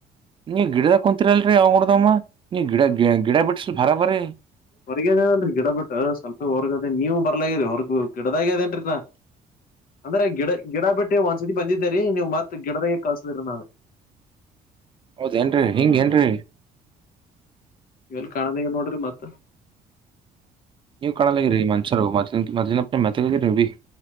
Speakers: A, on the right; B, on the left.
A: ನೀ ಗಿಡದ ಕುಂತಿರಲ್ರಿ ಅವ್ ಹೊಡಮ್ಮ ನೀ <unintelligible> ಗಿಡ ಗ ಗಿಡ ಬಿಟ್ಟಸಲ್ ಬರ ಬರೀ
B: ಹೊರಗದೇನನ್ರಿ ಗಿಡ ಬಿಟ್ಟು ಸ್ವಲ್ಪ ಹೊರಗದೇ ನೀವು ಬರ್ಲರಿ ಹೊರ್ಗ ಗಿಡದಾಗ ಅದೇನ್ರೀ ನಾ ಅಂದ್ರೆ ಗಿಡ ಗಿಡ ಬಡ್ಡಿ ಒಂದ್ಸತಿ ಬಂದಿದ್ದರಿ ನೀವು ಮತ್ತ್ ಗಿಡದ ತಿರ ನಾಳೆ
A: ಹೌದೇನ್ರಿ
B: <unintelligible>
A: ಹಿಂಗ ಏನ್ರೀ
B: ಎಲ್ಲಿ ಕಾಣಲಾನನೋಡ್ರಿ ಮತ್ತ್
A: ನೀವು ಕಾಣಲಾಗಿ <unintelligible> ರಿ ಮನ್ಸರು ಮದ್ ಮದ್ನ ಮಲರಿವೀ